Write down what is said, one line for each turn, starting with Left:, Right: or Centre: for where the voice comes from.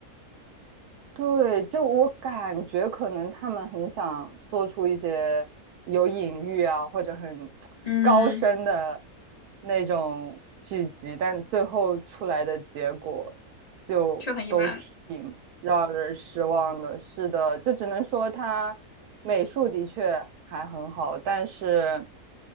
Right: 对，就我感觉可能他们很想做出一些有隐喻啊，或者很
Left: 嗯，
Right: 高深的那种剧集，但最后出来的结果就都挺让人失望的。
Left: 却很一般，
Right: 是的，就只能说他美术的确还很好，但是。